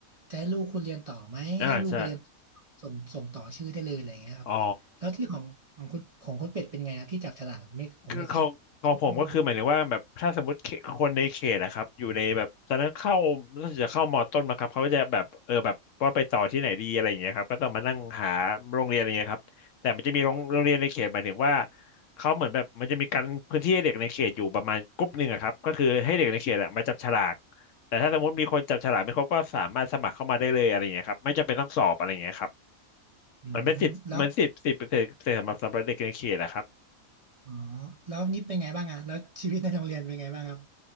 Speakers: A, on the right; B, on the left.
A: จะให้ลูกคุณเรียนต่อไหมถ้าลูกคุณเรียนต่อส่งส่งต่อชื่อได้เลยอะไรเงี้ยครับแล้วที่ของของคุณของคุณเป็ดเป็นไงครับที่จับฉลากไม่ผมไม่เคยไม่เคยเลย
B: อ่าใช่อ๋อ คือของของผมก็คือหมายถึงว่าแบบถ้าสมมติเขตคนในเขตอะครับอยู่ในแบบตอนนั้นเข้ารู้สึกจะเข้ามอต้นมาครับเขาก็จะแบบเออแบบว่าไปต่อที่ไหนดีอะไรอย่างเงี้ยครับก็ต้องมานั่งหาโรงเรียนอะไรเงี้ยครับแต่มันจะมีโรงโรงเรียนในเขตหมายถึงว่าเขาเหมือนแบบมันจะมีการพื้นที่ให้เด็กในเขตอยู่ประมาณกลุ่มหนึ่งอะครับก็คือให้เด็กในเขตอะมาจับฉลากแต่ถ้าสมมติมีคนจับฉลากไม่ครบก็สามารถสมัครเข้ามาได้เลยอะไรอย่างเงี้ยครับไม่จำเป็นต้องสอบอะไรอย่างเงี้ยครับ
A: อืมแล้ว
B: มันเป็นสิทธิ์เหมือนสิบสิบเปอร์เซ็นต์สำหรับสำหรับเด็กในเขตอะครับ
A: อ๋อแล้วนี่เป็นไงบ้างอะแล้วชีวิตในโรงเรียนเป็นไงบ้างครับ